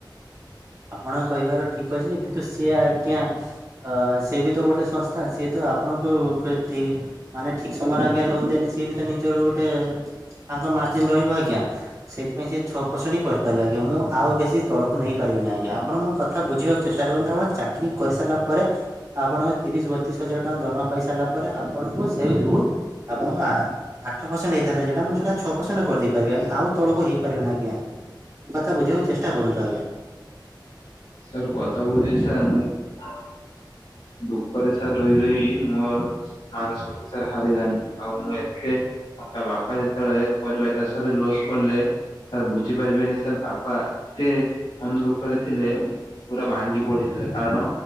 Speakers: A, on the right; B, on the left.
A: ଆପଣ କହିବାର ଠିକ୍ ଅଛି ଯେ କିନ୍ତୁ ସିଏ ଆଜ୍ଞା। ଅ ସିଏ ବି ତ ଗୋଟେ ସଂସ୍ଥା ସିଏ ତ ଆପଣଙ୍କୁ ମାନେ ଠିକ୍ ସମୟରେ ଆଜ୍ଞା ଲୋନ ଦେଲେି ସିଏ ବି ତ ନିଜର ଗୋଟେ ତାଙ୍କ ମାର୍ଜଜିିନ ରହିବ ଆଜ୍ଞା ସେଥିପାଇଁ ସେ ଛଅ ପରସେଣ୍ଟ ହି କରିପାରିବ ଆଜ୍ଞା ମୁଁ ଆଉ ବେଶୀ ତଳକୁ ନେଇ ପାରିବେନି ଆଜ୍ଞା ଆପଣ ମୋ କଥା ବୁଝିବାକୁ ଚେଷ୍ଟା କରନ୍ତୁ ଆପଣ ଚାକିରି କରିସାରିଲ ପରେ। ଆପଣଙ୍କ ତିରିଶ ବତିଶ ହଜାର ଟଙ୍କା ଦରମା ପାଇ ସାରିଲା ପରେ ଆପଣଙ୍କୁ ସେ ଲୁନ୍ ଆପଣ ଆଠ ପରସେଣ୍ଟ ହେଇଥାନ୍ ଯ ଯେଟା ମୁଁ ସେଟାଛଅ ପରସେଣ୍ଟ କରିଦେଇ ପାରିବି ଆ ଆ ତଳକୁ ହେଇପାରିବନି ଆଜ୍ଞା। କଥା ବୁଝିବାକୁ ଚେଷ୍ଟା କରନ୍ତୁ ଆଜ୍ଞା।
B: ସାର୍ କଥା ବୁଝିଛି ସାର୍ ମୁଁ କଣ? ଦୁଃଖରେ ସାର ରହି ରହି ମୋ ମାନ ଶକ୍ତିଶାର ହାରିଲାନି ଆଉ ମୁଁ ଏତେ ତା ବାପା ଯେତେବେଳେ ପରିବା ଚାଷରେ ଲୋସ୍ କଲେ ସାର୍ ବୁଝିପାରିବେନି ସାର୍ ବାପା ଏତେ ମନଦୁଃଖରେ ଥିଲେ। ପୁରା ଭାଙ୍ଗି ପଡିଥିଲା କାରଣ